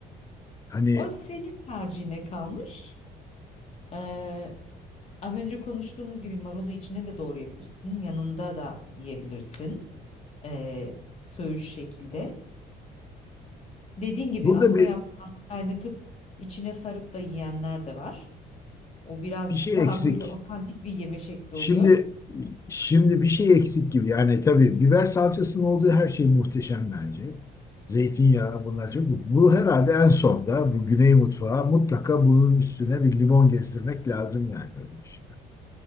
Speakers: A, on the left; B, on the left.
A: hani
B: O senin tercihine kalmış. Ee, az önce konuştuğumuz gibi marulu içine de doğrayabilirsin. Yanında da yiyebilirsin. Ee, söğüş şekilde. Dediğin gibi
A: burada
B: asma
A: bir
B: yaprağını kaynatıp içine sarıp da yiyenler de var. O birazcık
A: bir şey
B: daha
A: eksik.
B: <laughs> böyle otantik bir yeme şekli
A: Şimdi
B: oluyor.
A: şimdi bir şey eksik gibi. Yani tabii biber salçasının olduğu her şey muhteşem bence. Zeytinyağı bunlar çok. Bu herhalde en sonda bu Güney mutfağı mutlaka bunun üstüne bir limon gezdirmek lazım yani öyle düşünüyorum.